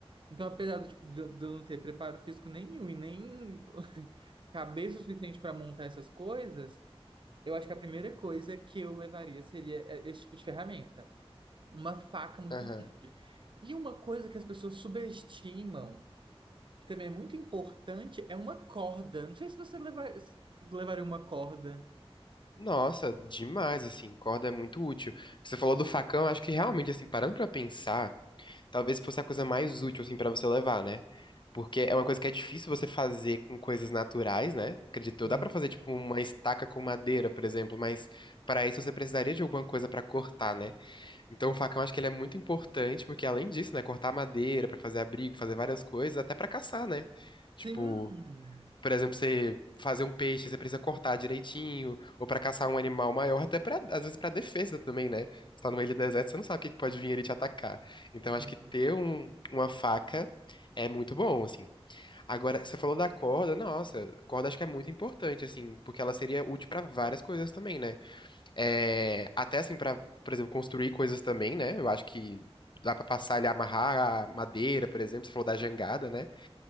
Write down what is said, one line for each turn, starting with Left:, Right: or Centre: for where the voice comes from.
Right: Então, apesar do, tipo, de eu de eu não ter preparo físico nenhum e nem <laughs> cabeça suficiente para montar essas coisas, eu acho que a primeira coisa que eu levaria seria é, esse tipo de ferramenta, uma faca muito
Left: Aham.
Right: grande. E uma coisa que as pessoas subestimam, que também é muito importante, é uma corda. Não sei se você levar, se tipo, levaria uma corda.
Left: Nossa, demais, assim, corda é muito útil. Você falou do facão, acho que realmente, assim, parando pra pensar. talvez fosse a coisa mais útil, assim, pra você levar, né? Porque é uma coisa que é difícil você fazer com coisas naturais, né? Acredito
Right: Sim.
Left: eu. Dá pra fazer, tipo, uma estaca com madeira, por exemplo, mas pra isso você precisaria de alguma coisa pra cortar, né? Então o facão acho que ele é muito importante, porque além disso, né, cortar madeira pra fazer abrigo, fazer várias coisas, até pra caçar, né? Tipo,
Right: Sim.
Left: por exemplo, você fazer um peixe, você precisa cortar direitinho, ou pra caçar um animal maior, até pra, às vezes pra defesa também, né? Você tá no meio do deserto, você não sabe o que que pode vir ali te atacar. Então,
Right: Sim.
Left: acho que ter um- uma faca é muito bom, assim. Agora, você falou da corda, nossa, a corda acho que é muito importante, assim, porque ela seria útil pra várias coisas também, né? É, até assim, pra, por exemplo, construir coisas também, né? Eu acho que dá pra passar ali, amarrar a madeira, por exemplo, você falou da jangada, né?